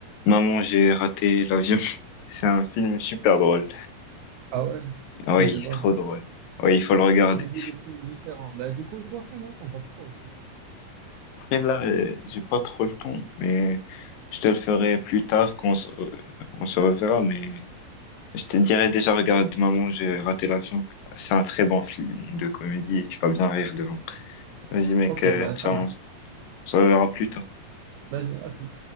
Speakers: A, on the left; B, on the right.
A: Maman, j'ai raté l'avion. <laughs> C'est un film super drôle.
B: Ah ouais,
A: Oui,
B: moi je
A: il
B: l'ai
A: est
B: pas
A: trop drôle. Oui, il faut le regarder.
B: T'as des goûts de films différents. Bah, du coup, toi, fais-moi ton top 3 aussi.
A: Après, là, euh, j'ai pas trop le temps, mais je te le ferai plus tard quand on se, on se reverra, mais. Je te dirais déjà, regarde, Maman, j'ai raté l'avion. C'est un très bon film de comédie et tu vas bien rire devant. Vas-y, mec,
B: Ok,
A: euh,
B: bah,
A: ciao.
B: ça marche.
A: On se reverra plus tard.
B: Vas-y, à tout.